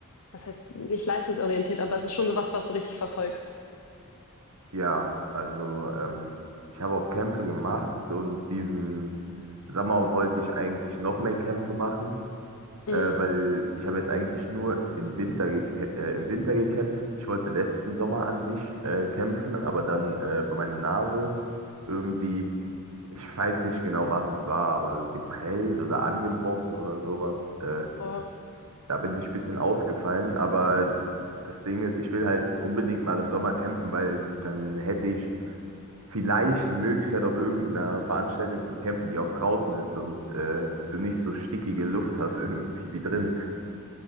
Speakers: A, on the left; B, on the right.
A: was heißt nicht leistungsorientiert, aber es ist schon so was, was du richtig verfolgst.
B: Ja, also ähm, ich habe auch Kämpfe gemacht und diesen Sommer wollte ich eigentlich noch mehr Kämpfe machen,
A: Mhm.
B: äh, weil ich habe jetzt eigentlich nur im Winter, gekä- äh, im Winter gekämpft. Ich wollte letzten Sommer an sich äh, kämpfen, aber dann äh, war meine Nase irgendwie, ich weiß nicht genau, was es war, aber geprellt oder angebrochen oder sowas. Äh,
A: Oh,
B: da bin ich ein bisschen ausgefallen, aber das Ding ist, ich will halt unbedingt mal im Sommer kämpfen, weil dann hätte ich vielleicht die Möglichkeit, auf irgendeiner Veranstaltung zu kämpfen, die auch draußen ist und äh, du nicht so stickige Luft hast <laughs> irgendwie wie drin.